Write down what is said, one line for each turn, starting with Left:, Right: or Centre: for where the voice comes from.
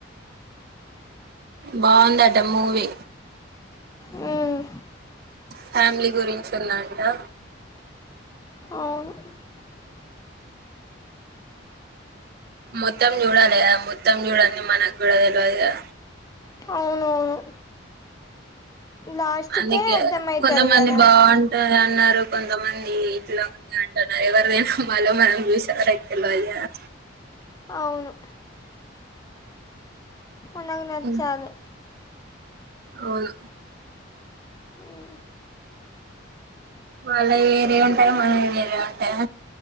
Right: బాగుందట మూవీ
Left: హ్మ్
Right: ఫ్యామిలీ గురించి ఉన్నదంటా
Left: అవును
Right: మొత్తం చుడాలె కదా మొత్తం చుడంది మనగూడ తెల్వదు కదా
Left: అవునవును లాస్ట్
Right: అందుకే
Left: కే అర్థమయితది
Right: కొంతమంది
Left: కదా
Right: బాగుంటది అన్నారు కొంతమంది ఇట్లా ఉంది ఎవరికీ తెలుసు మల్ల మనకి చూసేవరకి తెల్వదు కదా
Left: అవును మనకు నచ్చాలి
Right: ఉమ్, అవును
Left: ఉమ్
Right: వాళ్ళ వేరే ఉంటాయి మనయివేరే ఉంటయా